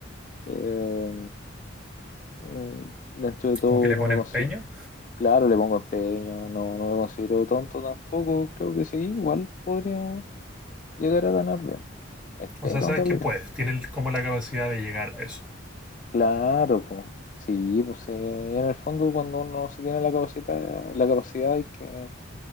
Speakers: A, on the left; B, in the centre.
A: eh, mm, dentro de todo,
B: como que le
A: no
B: pone
A: me considero,
B: empeño.
A: claro, le pongo empeño, no, no me considero tonto tampoco, creo que sí, igual podría llegar a ganar bien. Espero
B: O sea, sabes
A: en realidad.
B: que puedes, tienes como la capacidad de llegar a eso.
A: Claro, pues. Sí, pues eh, en el fondo cuando uno se tiene la capacidad, la capacidad hay que,